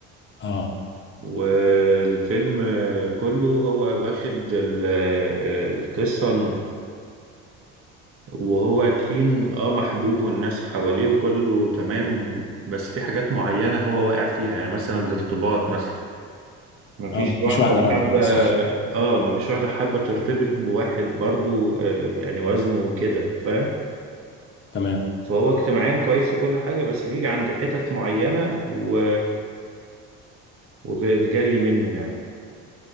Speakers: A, on the left; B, on the right.
A: اه
B: والفيلم آه، كله هو واخد ال- آه، القصة وهو تخين اه محبوب والناس حواليه وكله تمام بس في حاجات معينة هو واقع فيها يعني مثلا الارتباط مثلا مفيش
A: اه
B: واحدة
A: مفيش واحده راضيه
B: حابة
A: بس
B: اه مفيش واحدة حابة ترتبط بواحد برضو آه يعني وزنه كده فاهم
A: <laughs> تمام
B: فهو اجتماعيا كويس وكل حاجة بس بيجي عند حتت معينة و... وبيتجلي منه يعني